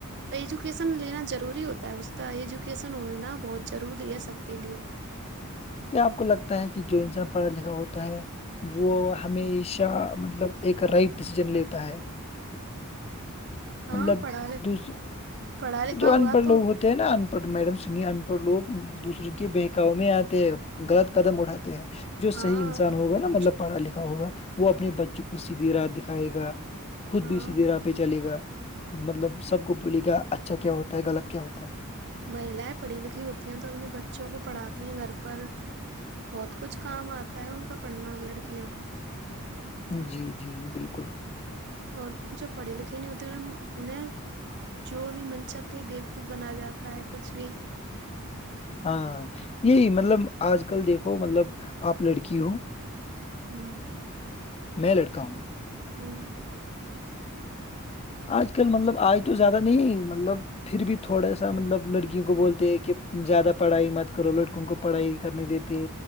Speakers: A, on the right; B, on the left.
A: ایجوکیشن لینا ضروری ہوتا ہے اس کا ایجوکیشن ہونا بہت ضروری ہے سب کے لیے
B: کیا آپ کو لگتا ہے کہ جو انسان پڑھا لکھا ہوتا ہے وہ ہمیشہ مطلب ایک رائٹ ڈسیزن لیتا ہے
A: ہاں
B: مطلب
A: پڑھا
B: دوس
A: پڑھا لکھا
B: جو ان
A: ہوا
B: پڑھ
A: تو
B: لوگ ہوتے ہیں نا ان پڑھ میڈم سے نہیں ان پڑھ لوگ دوسرے کے بہکاؤ میں آتے غلط قدم اٹھاتے ہیں جو
A: ہاں
B: صحیح انسان ہوگا نا
A: جو
B: مطلب پڑھا لکھا ہوگا وہ اپنے بچوں کو سیدھی رات دکھائے گا خود
A: ہاں
B: بھی سیدھی رات پہ چلے گا مطلب سب کو بولیے گا اچھا کیا ہوتا ہے غلط کیا ہوتا ہے
A: مہیلایں پڑھی لکھی ہوتی ہیں تو اپنے بچوں کو پڑھاتی ہیں گھر پر بہت کچھ کام آتا ہے ان کا پڑھنا لڑکیوں کا
B: جی جی بالکل
A: اور جو پڑھے لکھے نہیں ہوتے ان انہیں جو بھی منچ تھے بیوکوف بنا جاتا ہے کچھ بھی
B: ہاں یہی مطلب آج کل دیکھو مطلب آپ لڑکی ہو
A: ہوں
B: میلڑکا ہوں
A: ہوں
B: آج کل مطلب آج تو زیادہ نہیں مطلب پھر بھی تھوڑا سا مطلب لڑکیوں کو بولتے ہیں کہ زیادہ پڑھائی مت کرو لڑکوں کو پڑھائی کرنے دیتے